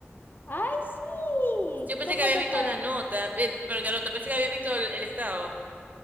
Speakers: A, on the left; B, on the right.
A: ¡Ay, sí!
B: Yo pensé
A: ¿Cómo
B: que había
A: te
B: visto
A: fue?
B: la nota, eh, pero la nota, pensé que había visto el, el estado.